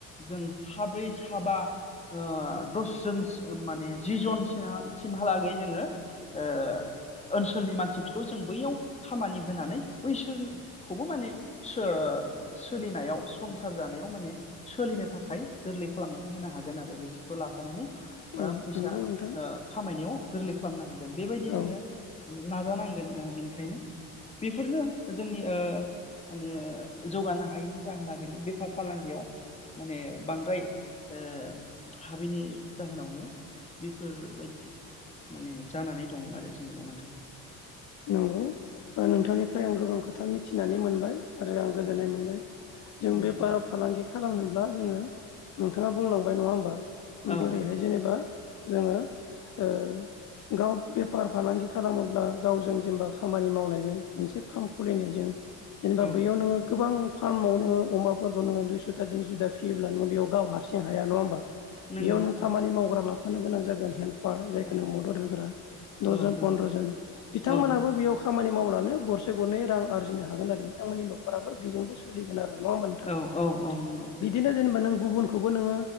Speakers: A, on the left; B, on the left.
A: जों साब्रै साबा ओ दसजन स माने जि जनसिमहालागै जोङो ओ ओनसोलनि मानसिफोरखौ जों बैयाव खामानि होनानै बैसोरखौबो माने सो सोलिनायाव संसार जानायाव माने सोलिनो थाखाय गोरलै खालामनानै होनो हागोन आरो बिसोर खौ लाफानानै बा
B: औ
A: फैसा
B: नंगौ नोंथां
A: ओ खामायनायाव गोरलै खालामनो हा गोन बेबायदि जोङो
B: औ
A: माने नाजानांगोन ओ बेनिखायनो बेफोरनो जोंनि ओ माने जौगानो हायैनि जाहोना बेनो बेफार फालांगियाव माने बांद्राय ओ हाबैनि जाहोनावनो बेफोरबायदि माने जानानै दं आरो जोंल' नोंथां
B: नंगौ नोंथांनिफ्राय आं गोबां खोथा मिथिनानै मोनबाय आरो आं गोजोननाय
A: औ
B: मोनबाय जों
A: नंगौ
B: बे फाराव फालांगि खालामनोब्ला जोङो नोंथाङा बुंलांबाय नङा होमबा
A: औ
B: बोरैहाय जेनेबा जोङो ओ गाव बेफार फालांगि खालामोब्ला गावजों जेनेबा खामानि मावनायजों मोनसे फार्म खुलिनायजों जेनेबा
A: औ
B: बैयाव नोङो गोबां फार्माव नोङो अमाफोरखौ नोङो दुइस'था थिनस'दा फियोब्ला नोङो बेयाव गाव हारसिं हाया नङा होमबा
A: नंगौ
B: बेयाव नों खामानि मावग्रा ला लानो गोनां जागोन हेल्प फार जायखौ
A: औ
B: नों मदद होग्रा दजन
A: औ नंगौ
B: फन्द्रजन बिथांमोनहाबो
A: औ
B: बेयाव खामानि मावनानै गरसे गरनै रां आरजिनो हागोन आरो बिथांमोननि नखराबो बेजोंबो सोलिगोन आरो नङा होनबा नोंथां
A: औ औ औ नंगौ
B: बिदिनो जेनेबा नों गुबुनखौबो नोङो